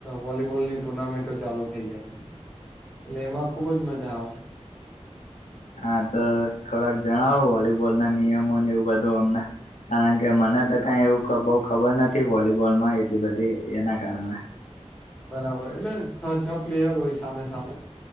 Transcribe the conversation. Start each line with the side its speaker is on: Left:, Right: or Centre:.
Centre: વોલીબોલની ટુર્નામેન્ટો ચાલુ થઈ જાય.
Left: હ
Centre: એટલે એમાં ખુબ જ મજા આવે.
Left: હા તો થોડાક જણાવો વોલીબોલના નિયમો ને એવું બધું અમને. કારણ કે મને તો કઈ એવું બહુ ખબર નથી વોલિબોલમાં એટલી બધી એના કારણે.
Centre: બરાબર. એટલે છ છ પ્લેયર હોય સામે સામે